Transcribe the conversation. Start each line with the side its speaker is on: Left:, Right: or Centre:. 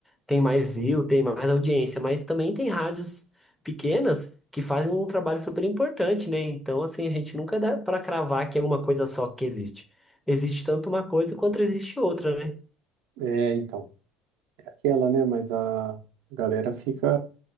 Centre: tem mais view, tem mais audiência, mas também tem rádios pequenas que fazem um trabalho super importante, né? Então, assim, a gente nunca dá para cravar que é uma coisa só que existe. Existe tanto uma coisa quanto existe outra, né?
Right: É, então, é aquela, né? Mas a galera fica